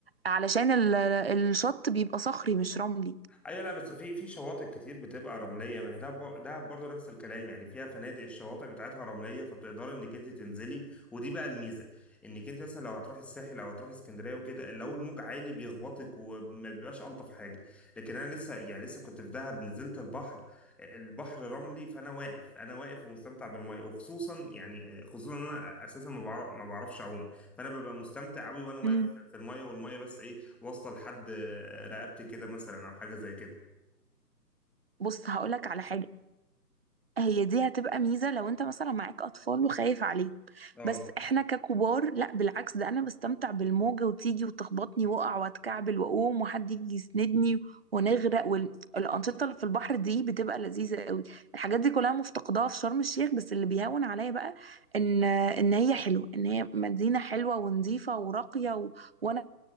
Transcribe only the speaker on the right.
علشان ال- الشط بيبقى صخري مش رملي
مم.
بص هقول لك على حاجه هي دي هتبقى ميزة لو انت مثلا معاك اطفال وخايف عليهم
بس احنا ككبار لا بالعكس ده انا بستمتع بالموجة وتيجي وتخبطني واقع واتكعبل واقوم وحد يجي يسندني ونغرق والانشطة اللي في البحر دي بتبقى لذيذة قوي الحاجات دي كلها مفتقداها في شرم الشيخ بس اللي بيهون عليا بقى ان ان هي حلوة ان هي مدينة حلوة ونظيفة وراقية و... وانا